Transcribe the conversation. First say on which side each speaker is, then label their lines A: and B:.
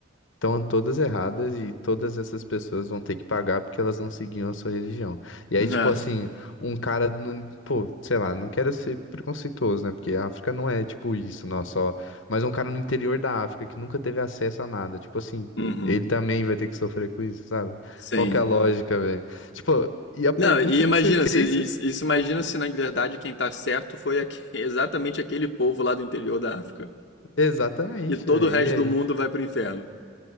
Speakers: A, on the left; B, on the left.
A: Estão todas erradas e todas essas pessoas vão ter que pagar porque elas não seguiam a sua religião. E aí,
B: Ah,
A: tipo assim, um cara, não, pô, sei lá, não quero ser preconceituoso, né? Porque a África não é tipo isso, não, só. Mas um cara no interior da África que nunca teve acesso a nada, tipo assim,
B: uhum.
A: ele também vai ter que sofrer com isso, sabe?
B: Sim,
A: Qual que é a lógica, velho? Tipo, e a pergunta
B: Não, e imagina,
A: que você fez,
B: se, isso
A: você-
B: isso imagina se na verdade quem tá certo foi aque- <laughs> exatamente aquele povo lá do interior da África.
A: exatamente,
B: E todo
A: velho.
B: o resto
A: E aí?
B: do mundo vai pro inferno.